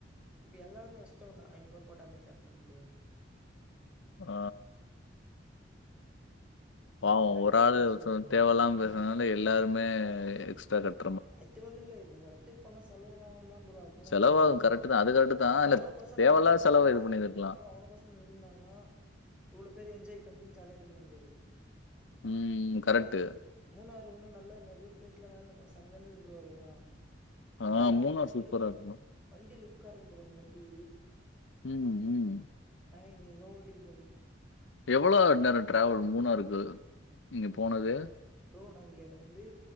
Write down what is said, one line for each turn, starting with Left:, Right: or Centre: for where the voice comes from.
Centre: இப்போ எல்லாரு எஷ்டா ஒன்ன நா ஐந்நூறுவா போட்ட மாரி காட்ணோ ப்ரோ
Left: ஆ பாவோ
Centre: இல்லனா
Left: ஒரு
Centre: த்ரீ
Left: ஆளு
Centre: தௌசண்ட் மிஞ்சிருக்கும்.
Left: சோ தேவல்லாம
Centre: ம்.
Left: பேசுனதுனால எல்லாருமே எக்ஸ்ட்ரா கட்
Centre: அது ஒன்னுல்ல நம்ம ஒரு எடத்துக்கு போனா செலவு அவுந்தா ப்ரோ அதுக்கு இன்னா
Left: செலவாகும்
Centre: பண்ண முடியு எஷ்ட்டா
Left: கரெக்ட் தான். அது கரெக்ட் தான்.
Centre: இப்ப
Left: இல்ல
Centre: அவனுக்கோசோ நம்ம
Left: தேவையில்லாத
Centre: நில்லு இருந்தமானா
Left: செலவ இது பண்ணியிருந்திருக்கலாம்.
Centre: ப்ரோ அவனுக்கோசோ நில்லு இருந்தோம்னா இவ்ளோ பேர் என்ஜாய் பண்ணி ஜாலியாந்திருக்க முடியாது
Left: உம் கரெக்ட்டு
Centre: மூணாறு உன்னு நல்லா நறைய பிளேஸ்லா வேன்ல போனோ செமையா இருந்தது ப்ரோ அதெல்லா ஐம்பதாயிரூபா
Left: ஆ மூணார்
Centre: வண்டி
Left: சூப்பரா
Centre: லுக்
Left: இருக்கும்.
Centre: வண்டி லுக்கா இருக்கும் ப்ரோ அந்த வண்டி
Left: ம் ம்
Centre: பைங்கிர்மா ஓட்டிப்பாரு
Left: எவ்ளோ நேரோ ட்ராவல் மூணாருக்கு நீங்க போனது
Centre: ப்ரோ நா இங்க வந்து